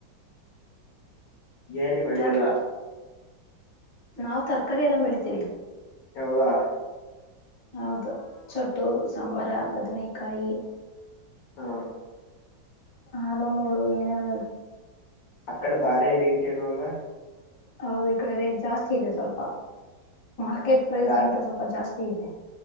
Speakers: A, on the left; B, on the left.
A: ಏರಿ ಬೆಳಿಯಲ್ಲ
B: ತರ್ ನಾವ್ ತರಕಾರಿ ಎಲ್ಲ ಬೆಳಿತೀವಿ
A: ಹೌದಾ
B: ಹೌದು ಚೊಟ್ಟು ಸಾಂಬಾರ ಬದನೇಕಾಯಿ
A: ಹಾ
B: ಹ ಅದ ಮೂಳು ಏನೇನ
A: ಅಕ್ಕಡೆ ಭಾರಿ ರೇಟ್ ಏನಲ್ಲ
B: ಹೌದು ಈ ಕಡೆ ರೇಟ್ ಜಾಸ್ತಿ ಇದೆ ಸ್ವಲ್ಪ ಮಾರ್ಕೆಟ್ ಪ್ರೈಸ್ಗಿಂತ
A: ಜಾಸ್ತಿ
B: ಸ್ವಲ್ಪ ಜಾಸ್ತಿ ಸೀತ